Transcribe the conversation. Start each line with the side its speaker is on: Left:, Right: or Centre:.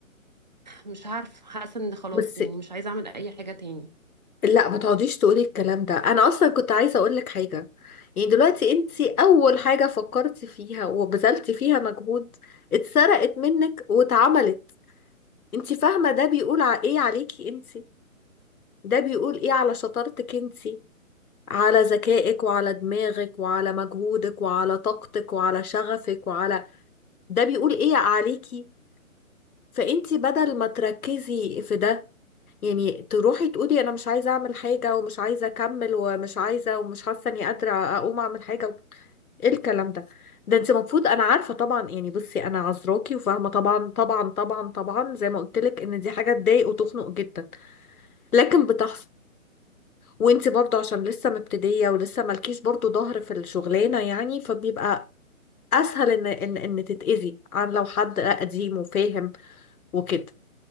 Right: مش عارفة حاسة ان خلاص
Left: بس
Right: يعني مش عايزة اعمل اي حاجة تاني
Left: لا ما تقعديش تقولي الكلام ده انا اصلا كنت عايزه اقول لك حاجه يعني دلوقتي انت اول حاجه فكرتي فيها وبذلتي فيها مجهود اتسرقت منك واتعملت انت فاهمه ده بيقول ع- ايه عليكي انت ده بيقول ايه على شطارتك انت على ذكائك وعلى دماغك وعلى مجهودك وعلى طاقتك وعلى شغفك وعلى ده بيقول ايه عليكي فانت بدل ما تركزي في ده يعني تروحي تقولي انا مش عايزه اعمل حاجه ومش عايزه اكمل ومش عايزه ومش حاسه اني قادره اقوم اعمل حاجه و- ايه الكلام ده ده انت المفروض انا عارفه طبعا يعني بصي انا عذراكي وفاهمه طبعا طبعا طبعا طبعا زي ما قلت لك ان دي حاجه تضايق وتخنق جدا لكن بتحصل وانت برضه عشان لسه مبتديه ولسه مالكيش برضه ظهر في الشغلانه يعني فبيبقى اسهل ان ان ان تتاذي عن لو حد قديم وفاهم وكده